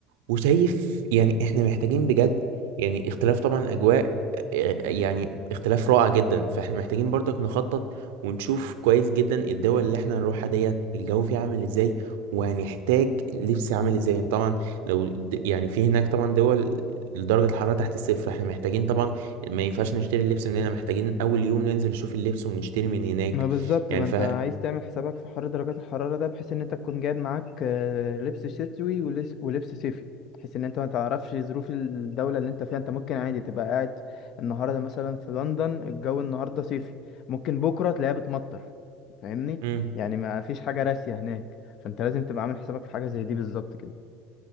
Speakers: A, on the right; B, on the left.
A: وشايف يعني احنا محتاجين بجد يعني اختلاف طبعا اجواء آه، يعني اختلاف رائع جدا فاحنا محتاجين برضك نخطط ونشوف كويس جدا الدول اللي احنا هنروحها ديت الجو فيها عامل ازاي وهنحتاج لبس عامل ازاي يعني طبعا لو د- يعني في هناك طبعا دول درجة الحرارة تحت الصفر احنا محتاجين طبعا ما ينفعش نشتري اللبس من هنا محتاجين اول يوم ننزل نشوف اللبس ونشتري من هناك
B: ما بالظبط
A: يعني
B: ما انت
A: ف
B: عايز تعمل حسابك في حر درجات الحرارة ده بحيث ان انت تكون جايب معاك آه، لبس شتوي ولس- ولبس صيفي بحيث ان انت ما تعرفش ظروف الدولة اللي انت فيها انت ممكن عادي تبقى قاعد النهاردة مثلا في لندن الجو النهاردة صيفي ممكن بكرة تلاقيها بتمطر فاهمني
A: امم
B: يعني ما فيش حاجة راسية هناك فانت لازم تبقى عامل حسابك في حاجة زي دي بالظبط كده